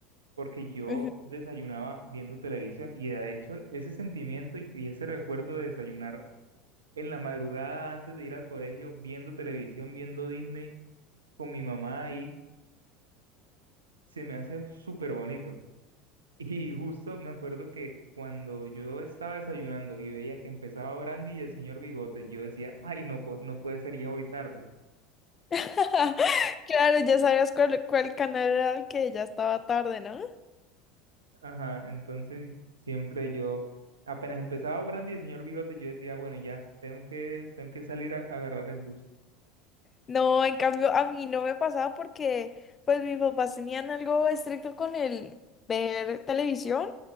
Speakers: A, on the right (about 75°); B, on the left (about 30°).
A: porque yo
B: <laughs> Ujú.
A: desayunaba viendo televisión y de hecho ese sentimiento y, y ese recuerdo de desayunar en la madrugada antes de ir al colegio viendo televisión, viendo Disney con mi mamá ahí, se me hace súper bonito. Y justo me acuerdo que cuando yo estaba desayunando y veía que empezaba Brandy y el señor Bigote, yo decía, ay, no, po- no puede ser ya hoy tarde.
B: <laughs> Claro, ya sabías cuál, cuál canal era el que ya estaba tarde, ¿no?
A: Ajá, entonces siempre yo, apenas empezaba Brandy y el señor Bigote, yo decía, bueno, ya, tengo que, tengo que salir a, a agarrar el bus.
B: No, en cambio a mí no me pasaba porque pues mis papás tenían algo estricto con el ver televisión,